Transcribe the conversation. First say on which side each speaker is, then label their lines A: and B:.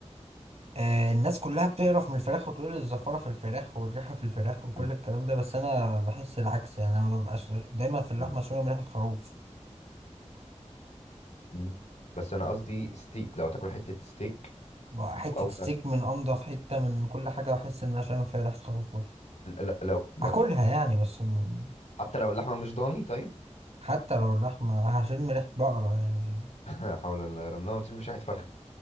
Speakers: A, on the right; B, on the left.
A: آه، الناس كلها بتقرف من الفراخ وتقول الزفارة في الفراخ والريحة في الفراخ وكل
B: مم.
A: الكلام ده بس أنا بحس العكس يعني أنا مببقاش دايما في اللحمة
B: مم.
A: شوية من ريحة الخروف
B: مم. بس انا قصدي ستيك لو هتاكل حته ستيك
A: بقى حتة
B: او فرخه
A: ستيك من أنضف حتة من كل حاجة بحس إن أنا شامم فيها ريحة خروف برضه
B: ل- ل- لو برضو
A: هاكلها يعني بس م-
B: حتى لو اللحمه مش ضاني طيب
A: حتى لو اللحمة هشم ريحة بقرة يعني
B: <laughs> لا حول الله رمنا مش شحت فرخه